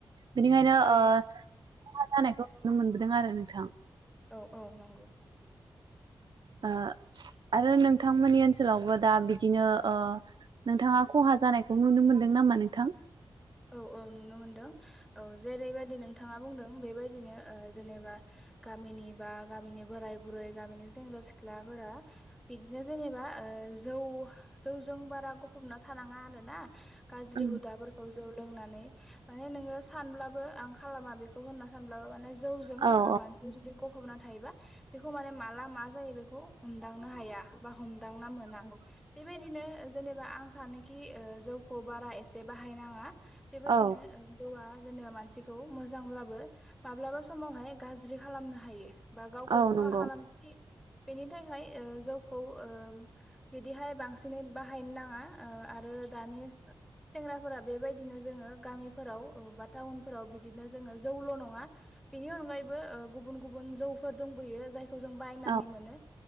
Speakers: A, on the right; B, in the centre.
A: बेनिखायनो
B: औ
A: ओ खहा जानायखौ नुनो मोनबोदों आरो नोंथां।
B: औ औ नंगौ।
A: ओ आरो नोंथांमोननि ओनसोलावबो दा बिदिनो ओ नोंथाङा खहा जानायखौ नुनो मोनदों नामा नोंथां?
B: औ। औ नुनो मोनदों औ जेरैबायदि नोंथाङा बुंदों बेबायदिनो ओ जेनेबा गामि नि बा गामिनि बोराय बुरै गामिनि सेंग्रा सिख्लाफोरा बिदिनो जेनेबा ओ जौ जौजों बारा गफबना थानाङा आरो ना गाज्रि
A: औ
B: हुदाफोर जौ लोंनानै माने नोङो सानब्लाबो आंखाला माबेखौ होन सानब्लाबो माने जौजों
A: औ
B: ओ माजों जुदि गफबना थायोबा बेखौ माने माला मा जायो बेखौ हमदांनो हाया बा हमदांना मोना। बेबायदिनो जेनेबा आं सानोखि ओ जौखौ बारा एसे बाहायनाङा। बेबायदिनो
A: औ
B: ओ जौवा जेनेबा मानसिखौ मोजांब्लाबो माब्लाबा समावहाय गाज्रि खालामनो हायो। बा गावखौ
A: औ
B: खहा
A: नंगौ
B: खालाम <unintelligible> बेनि थाखाय ओ जौखौ ओ बिदिहाय बांसिनै बाहायनो नाङा। ओ आरो दानि सेंग्राफोरा बेबायदिनो जोङो गामिफोराव ओ बा टाउनफोराव बिदिनो जोङो जौल' नङा बेनि अनगायैबो ओ गुबुन गुबुन जौफोर दंबोयो जाय खौ जों बायनानै
A: औ
B: मोनो